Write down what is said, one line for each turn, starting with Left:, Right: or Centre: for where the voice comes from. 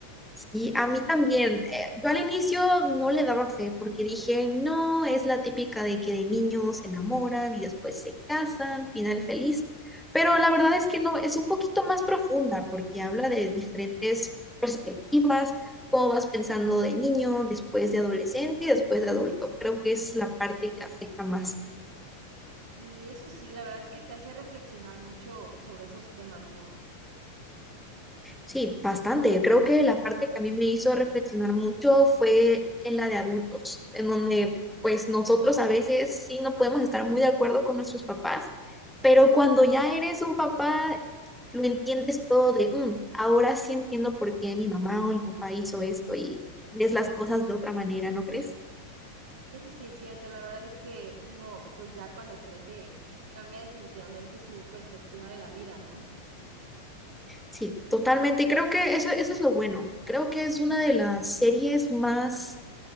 Centre: y a mí también. Eh, Yo al inicio no le daba fe porque dije, no, es la típica de que de niños se enamoran y después se casan, final feliz. Pero la verdad es que no, es un poquito más profunda porque habla de diferentes perspectivas, cómo vas pensando de niño, después de adolescente y después de adulto. Creo que es la parte que afecta más.
Right: Sí, eso sí, la verdad es que te hace reflexionar mucho sobre esos temas, ¿no?
Centre: Sí, bastante. Creo que la parte que a mí me hizo reflexionar mucho fue en la de adultos, en donde pues nosotros a veces sí no podemos estar muy de acuerdo con nuestros papás, pero cuando ya eres un papá, lo entiendes todo de, "Mm, ahora sí entiendo por qué mi mamá o mi papá hizo esto y ves las cosas de otra manera, ¿no crees?
Right: Eso sí es cierto, la verdad es que uno, pues ya cuando crece, cambia definitivamente su perspectiva de la vida, ¿no?
Centre: Sí, totalmente. Y creo que eso, eso es lo bueno. Creo que es una de las series más